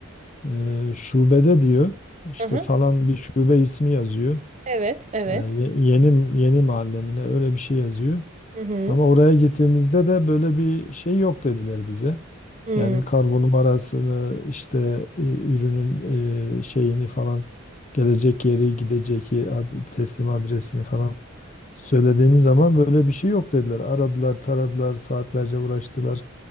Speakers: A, on the left; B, on the right.
A: e, şubede diyor. işte
B: Hı hı.
A: falan bir şube ismi yazıyor.
B: Evet, evet.
A: E, ye- yeni yeni mahallemine öyle bir şey yazıyor.
B: Hı hı.
A: Ama oraya gittiğimizde de böyle bir şey yok dediler bize.
B: Hı
A: Yani kargo numarasını işte e, ürünün e, şeyini falan gelecek yeri gidecek ye- ad- teslim adresini falan Söylediğimiz zaman böyle bir şey yok dediler. Aradılar, taradılar, saatlerce uğraştılar.